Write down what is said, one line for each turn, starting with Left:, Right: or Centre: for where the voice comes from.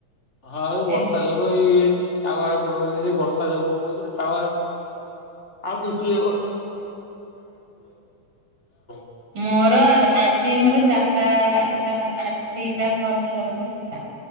Left: ହଁ ଏଇ ବର୍ଷା
Right: ଏ
Left: ଯୋଗୁ ଏଇ ଟାୱାର ସେ ବର୍ଷା ଯୋଗୁ ପଳଉଚି ନା ଟାୱାର ଆଉ କିଛି <unintelligible>
Right: ମୋର ଆଜି ମୋର ଚାରିଟା ଆଜି ଦିଟା କଲ ହେଲା